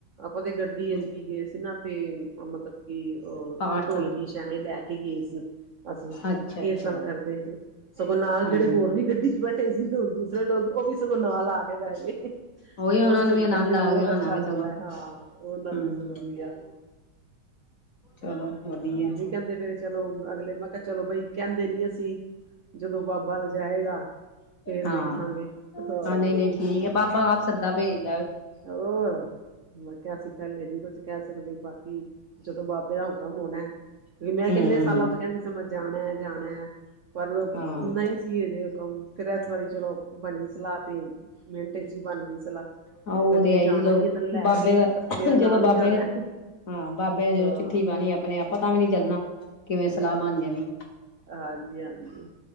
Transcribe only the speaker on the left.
ਤੇ
ਪਾਠ
ਕਰਦੇ
ਅੱਛਾ-ਅੱਛਾ
ਹਾਂਜੀ
ਉਹੀ ਉਹਨਾ
ਨੂੰ ਆਨੰਦ
ਆ
ਗਿਆ ਹੋਣਾ
ਵੀ
ਸਗੋਂ
ਹੂੰ
ਚਲੋ ਵਧੀਆ।
ਹਾਂ-ਹਾਂ
ਨਹੀਂ-ਨਹੀਂ ਠੀਕ ਏ ਬਾਬਾ ਆਪ ਸੱਦਾ ਭੇਜ
ਹੂੰ-ਹੂੰ
ਹਾਂ
ਹਾਂ ਉਹ
ਤੇ ਹੈ ਹੀ
ਜਦੋਂ
ਬਾਬੇ
ਦਾ
ਜਦੋਂ ਬਾਬੇ
ਨੇ ਹਾਂ ਬਾਬੇ
ਨੇ ਜਦੋਂ ਚਿੱਠੀ ਪਾਣੀ ਆਪਣੇ ਆਪ, ਪਤਾ ਵੀ ਨੀ ਚੱਲਣਾ ਕਿਵੇਂ ਸਲਾਅ ਬਣ ਜਾਣੀ।